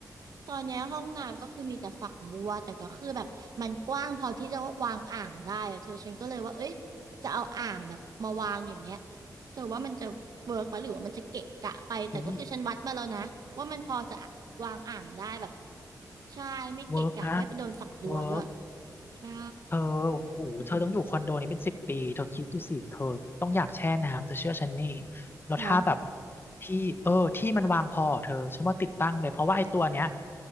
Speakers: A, on the right; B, on the left.
A: ตอนเนี้ยห้องน้ำก็คือมีแต่ฝักบัวแต่ก็คือแบบมันกว้างพอที่จะวางอ่างได้อะเธอฉันก็เลยว่าเอ้ยจะเอาอ่างแบบมาวางอย่างเงี้ยเธอว่ามันจะเวิร์กไหมหรือว่ามันจะเกะกะไปแต่ก็คือฉันวัดมาแล้วนะว่ามันพอจะวางอ่างได้แบบ
B: เฮ้ย
A: ใช่ไม่เกะกะไม่ไปโดนฝักบัวด้วย
B: เวิร์กนะเวิร์ก
A: ใช่
B: เธอโอ้โหเธอต้องอยู่คอนโดนี้เป็นสิบปีเธอคิดดูสิเธอต้องอยากแช่น้ำเธอเชื่อฉันนี่แล้วถ้าแบบ
A: เนาะ
B: ที่เออที่มันวางพอเธอฉันว่าติดตั้งเลยเพราะว่าไอ้ตัวเนี้ย